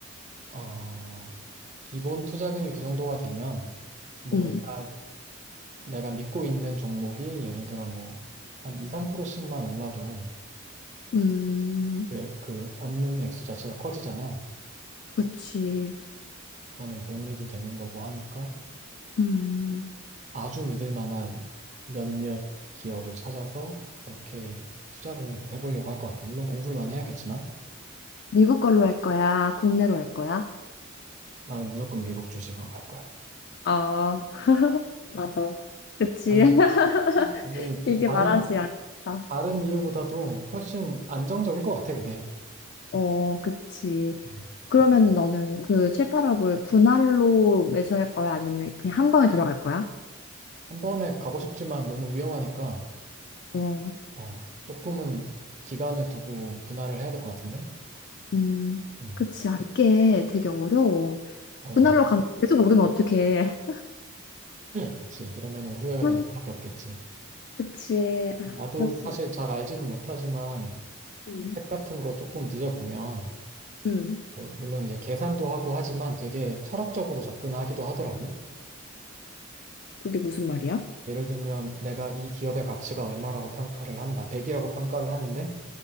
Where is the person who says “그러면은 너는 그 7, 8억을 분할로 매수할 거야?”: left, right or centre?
Left